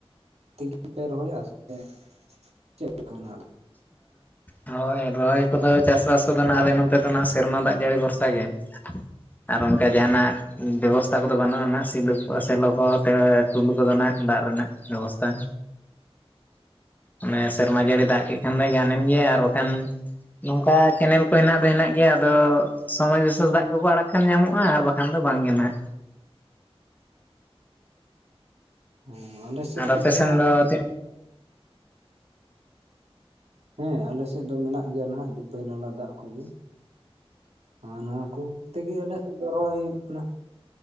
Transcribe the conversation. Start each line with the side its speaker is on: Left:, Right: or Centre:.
Right: ᱛᱮᱜᱮ ᱯᱮ ᱨᱚᱦᱚᱭᱟ ᱥᱮ ᱪᱮᱫ ᱞᱮᱠᱟᱱᱟᱜ?
Left: ᱦᱮ ᱦᱳᱭ ᱨᱚᱦᱚᱭ ᱠᱚᱫᱚ ᱪᱟᱥᱵᱟᱥ ᱠᱚᱫᱚ ᱱᱟᱜ ᱟᱞᱮ ᱱᱚᱛᱮ ᱫᱚ ᱱᱟᱜ ᱥᱮᱨᱢᱟ ᱫᱟᱜ ᱡᱟᱹᱲᱤ ᱵᱷᱚᱨᱥᱟᱮ ᱟᱨ ᱚᱱᱠᱟ ᱡᱟᱦᱟᱱᱟᱜ ᱵᱮᱵᱚᱥᱛᱟ ᱠᱚᱫᱚ ᱵᱟᱹᱱᱩᱜ-ᱟ ᱱᱟᱦᱟᱸᱜ ᱥᱤᱞ ᱥᱮᱞᱚ ᱠᱚ ᱛᱮ ᱴᱩᱞᱩ ᱠᱚᱫᱚ ᱦᱱᱟᱜ ᱫᱟᱜ ᱨᱮᱱᱟᱜ ᱵᱮᱵᱚᱥᱛᱟᱷᱟ᱾ ᱟᱱᱮ ᱥᱮᱨᱢᱟ ᱡᱟᱹᱲᱤ ᱫᱟᱜ ᱠᱮᱫ ᱠᱷᱟᱱ ᱫᱚ ᱜᱟᱱᱮᱱ ᱜᱮᱭᱟ ᱟᱨ ᱵᱟᱠᱷᱟᱱ ᱱᱚᱝᱠᱟ ᱠᱮᱱᱮᱞ ᱠᱚ ᱦᱮᱱᱟᱜ ᱫᱚ ᱦᱮᱱᱟᱜ ᱜᱮᱭᱟ ᱟᱫᱚ ᱥᱚᱢᱚᱭ ᱵᱤᱥᱮᱥ ᱫᱟᱜ ᱠᱚᱠᱚ ᱟᱲᱟᱜ ᱠᱷᱟᱱ ᱧᱟᱢᱚᱜ-ᱟ, ᱟᱨ ᱵᱟᱠᱷᱟᱱ ᱠᱷᱟᱱ ᱫᱚ ᱵᱟᱝᱜᱮ ᱱᱟᱜ᱾
Right: ᱦᱸᱩ ᱟᱞᱮ ᱥᱮᱫ
Left: ᱟᱨ
Right: ᱠᱚᱫᱚ
Left: ᱟᱯᱮ ᱥᱮᱱ
Right: ᱱᱟᱦᱟᱸᱜ
Left: ᱫᱚ ᱛᱤᱱ
Right: ᱦᱮᱸ ᱟᱞᱮᱥᱮᱜ ᱫᱚ ᱢᱮᱱᱟᱜ ᱜᱮᱭᱟ ᱱᱟᱦᱟᱜ ᱡᱩᱛᱟᱹᱭ ᱱᱟᱞᱟ ᱫᱟᱜ ᱠᱚᱜᱮ᱾ ᱟᱨ ᱱᱚᱣᱟ ᱠᱩ ᱛᱮᱜᱮ ᱟᱞᱮ ᱥᱮᱜ ᱫᱚ ᱨᱚᱦᱚᱭ ᱦᱩᱭᱩᱜ ᱠᱟᱱᱟ